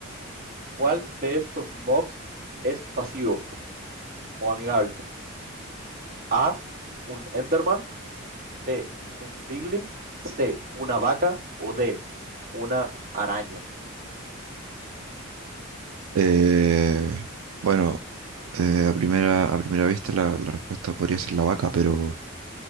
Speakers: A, on the right; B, on the right.
A: ¿Cuál de estos mobs es pasivo o amigable? A, un Enderman, B, un Piglin, C, una vaca o D, una araña.
B: Eh, bueno, eh, a primera, a primera vista la, la respuesta podría ser la vaca, pero